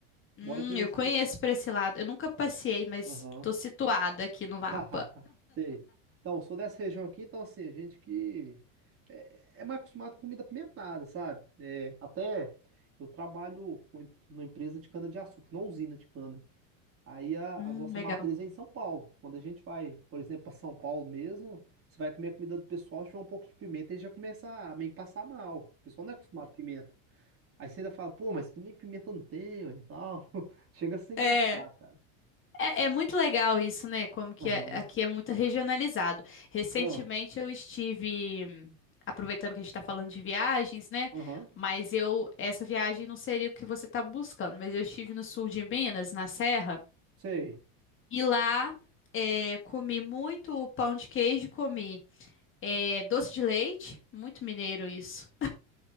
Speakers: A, on the left (about 30°); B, on the right (about 35°).
A: Hum,
B: Moro aqui nesse.
A: eu conheço pra esse lado. Eu nunca passei, mas
B: Aham.
A: tô situada aqui no
B: <laughs>
A: mapa.
B: Hahaha, Sei. Então, eu sou dessa região aqui, então, assim, a gente que é, é mais acostumado com comida apimentada, sabe? É, até eu trabalho com em- numa empresa de cana-de-açúcar, numa usina de cana. Aí a,
A: Hum,
B: a nossa
A: legal.
B: matriz é em São Paulo. Quando a gente vai, por exemplo, para São Paulo mesmo, você vai comer a comida do pessoal, tiver um pouco de pimenta e já começa a meio que passar mal. O pessoal não é acostumado com pimenta. Aí você ainda fala, pô, mas que nem pimenta não tem, ué, e tal. <laughs> Chega a ser engraçado,
A: É,
B: cara.
A: é, é muito legal isso, né? Como que
B: Aham.
A: é- aqui é muito regionalizado. Recentemente
B: Ah,
A: eu estive, aproveitando que a gente está falando de viagens, né?
B: Aham.
A: Mas eu, essa viagem não seria o que você está buscando, mas eu estive no sul de Minas, na Serra,
B: Sei.
A: e lá é, comi muito pão de queijo, comi é, doce de leite, muito mineiro isso.